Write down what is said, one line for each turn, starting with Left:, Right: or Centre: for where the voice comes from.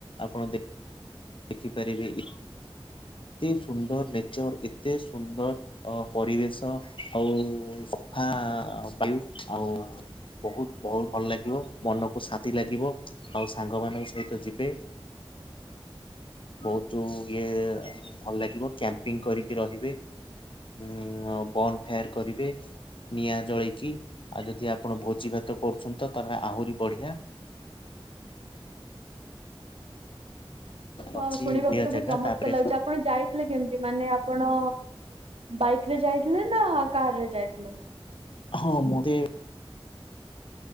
Left: ଆପଣ ଦେଖ ଦେଖିପାରିବେ ଏତେ ସୁନ୍ଦର ନେଚର ଏତେ ସୁନ୍ଦର ଅ ପରିବେଶ ଆଉ ସଫା ବାୟୁ ଆଉ ବହୁତ ବହୁତ୍ ଭଲ ଲାଗିବ ମନକୁ ଶାନ୍ତି ଲାଗିବ ଆଉ ସାଙ୍ଗମାନଙ୍କ ସହିତ ଯିବେ। ବହୁତ୍ ଇଏ ଭଲ ଲାଗିବ କ୍ୟାମ୍ପିଙ୍ଗ କରିକି ରହିବେ। ଉଁ ବନ ଫୋୟାର କରିବେ। ନିଆଁ ଜଳିକି ଆଉ ଯଦି ଆପଣ ଭୋଜି ଭାତ କରୁଛନ୍ତି ତ ତାହେଲେ ଆହୁରି ବଢିଆ।
Right: ହଁ
Left: ଅଛି
Right: ଶୁଣିବାକୁ
Left: ବୁଲିବା
Right: ତ ବହୁ
Left: ଜାଗା
Right: ଚମତ୍କାର
Left: ତାପରେ
Right: ଲାଗୁଛି ଆପଣ ଯାଇଥିଲେ କେମତି ମାନେ ଆପଣ ବାଇକରେ ଯାଇଥିଲେ ନା କାର୍ ରେ ଯାଇଥିଲେ।
Left: ହଁ ମତେ ଅ